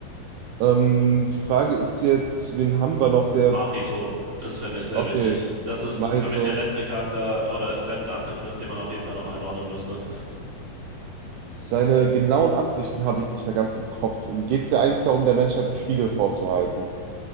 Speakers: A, on the right (about 75°); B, on the right (about 25°).
A: Ähm, die Frage ist jetzt, wen haben wir noch, der,
B: Mahito ist, finde ich, sehr
A: okay,
B: wichtig. Das ist
A: Mahito.
B: für mich der letzte Charakter oder letzte Antagonist, den man auf jeden Fall noch einordnen müsste.
A: Seine genauen Absichten habe ich nicht mehr ganz im Kopf. Ihm geht es ja eigentlich darum, der Menschheit einen Spiegel vorzuhalten.